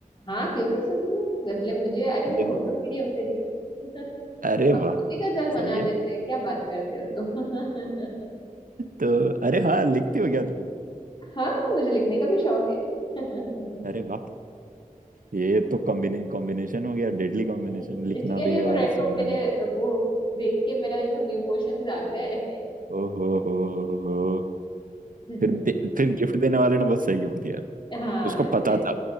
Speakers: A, on the left; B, on the right.
A: हाँ क्यों नहीं सुनती गजलें मुझे अरे मैं
B: जग...
A: उर्दू मीडियम से थी <laughs>
B: अरे
A: हम
B: वाह
A: खुद ही गजल बना
B: सही है
A: देते हैं क्या बात करते हो तुम <laughs>
B: तो अरे हाँ लिखती हो क्या तुम
A: हाँ मुझे लिखने का भी शौक है <laughs> हम्म
B: अरे वाह ये तो कॉम्बिने कॉम्बिनेशन हो गया Deadly combination
A: हम्म,
B: लिखना
A: इसी के
B: भी
A: लिए तो रेट्रो
B: और सुनना
A: मैंने
B: भी
A: वो देख के मेरा एकदम इमोशन जाग गए
B: ओ हो हो हो हो
A: हम्म,
B: फिर दे,
A: <laughs>
B: फिर गिफ्ट देने वाले ने बहुत सही गिफ्ट दिया
A: हाँ
B: उसको पता
A: यार
B: था